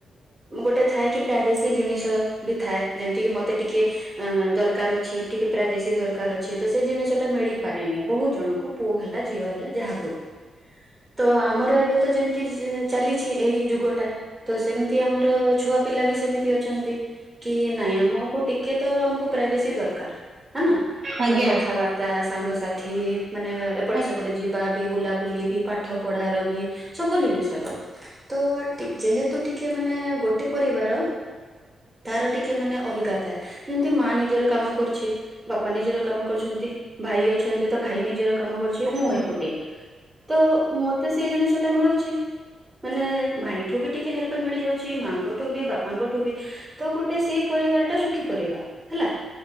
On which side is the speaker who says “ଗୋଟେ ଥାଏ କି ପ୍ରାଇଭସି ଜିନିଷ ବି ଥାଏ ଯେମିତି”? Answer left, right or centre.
Right